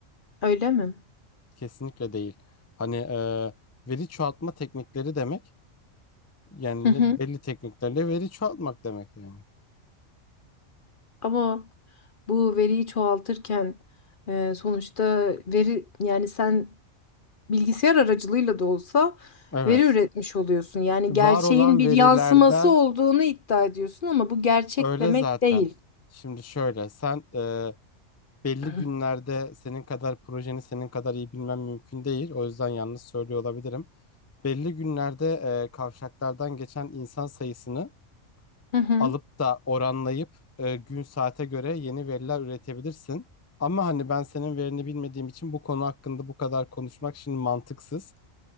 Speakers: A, on the left; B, on the left.
A: Öyle mi?
B: Kesinlikle değil. Hani e, veri çoğaltma teknikleri demek yani
A: Hı hı.
B: ne- belli tekniklerle veri çoğaltmak demek yani.
A: Ama bu veriyi çoğaltırken e, sonuçta veri yani sen bilgisayar aracılığıyla da olsa
B: Evet.
A: veri üretmiş oluyorsun. Yani
B: Var
A: gerçeğin
B: olan
A: bir
B: verilerden
A: yansıması olduğunu iddia ediyorsun ama bu gerçek
B: öyle
A: demek
B: zaten.
A: değil.
B: Şimdi şöyle sen e, belli
A: Hı.
B: günlerde senin kadar projeni senin kadar iyi bilmem mümkün değil. O yüzden yalnız söylüyor olabilirim. Belli günlerde e, kavşaklardan geçen insan sayısını
A: Hı hı.
B: alıp da oranlayıp e, gün saate göre yeni veriler üretebilirsin. Ama hani ben senin verini bilmediğim için bu konu hakkında bu kadar konuşmak şimdi mantıksız.